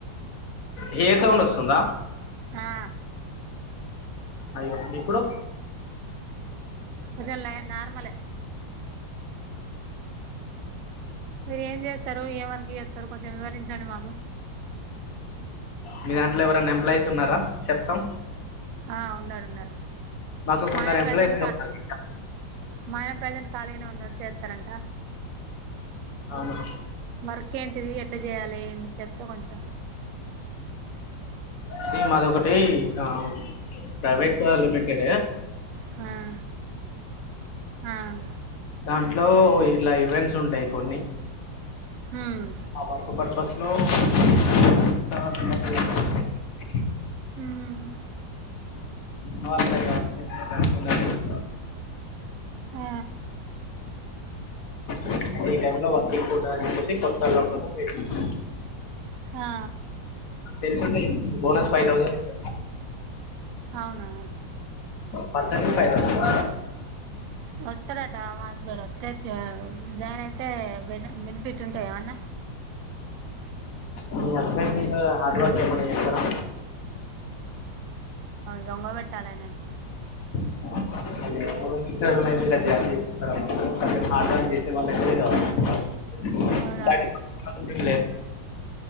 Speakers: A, on the left (about 55°); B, on the right (about 80°).
A: హెయిర్ సౌండ్ వస్తుంద
B: హా
A: అయ్యో ఇప్పుడు
B: ఇజలే నార్మల్ ఎ మీరు ఏం జెస్ త్తరూ ఏ వరకు జెత్తారు కొంచెం వివరించండి మాకు
A: మీ దాంట్లో ఎవరైన ఎంప్లాయీస్ ఉన్నారా చెప్తాం
B: ఆ ఉన్నరు ఉన్నరు
A: మాకు కొందరు
B: మాయన ప్రజెంట్
A: ఎంప్లాయీస్
B: క
A: కావాలి
B: మా ఆయన ప్రజెంట్ ఖాళీగనే ఉన్నడు చెత్తరంట
A: అవునా
B: వర్కేంటిది ఎట్ల చేయాలే ఏమి చెప్తే కొంచెం
A: ఇది మాదొకటి ఆ ప్రైవేట్ లిమిటెడ్ ఎ
B: హ్మ్ హ్మ్
A: దాంట్లో ఇట్ల ఈవెంట్స్ ఉంటాయి కొన్ని
B: హ్మ్
A: ఆ వర్క్ పర్పస్ లో <unintelligible>
B: ఉహ్మ
A: నమస్తే
B: అ
A: అంటే ఈ టైమ్ లో ఎక్కువ ఉంటాది అని చెప్పేసి కొత్త <unintelligible> వెయిట్
B: ఆ
A: తెలుసు అండి బోనస్ ఫైవ్ థౌసండ్ ఇస్త
B: అవునా
A: పర్సకి ఫై తౌసండ్
B: వస్తడాట మాబేడ వత్త అ జాయిన్ అయితే పెట్టుంటాయ ఏమన్నా
A: మీ హస్బెండ్ హార్డ్ వర్క్ ఏమన్నా చేస్తారా
B: దొంగ పెట్టాల ఆయన నీ
A: <unintelligible> <unintelligible>
B: అవునా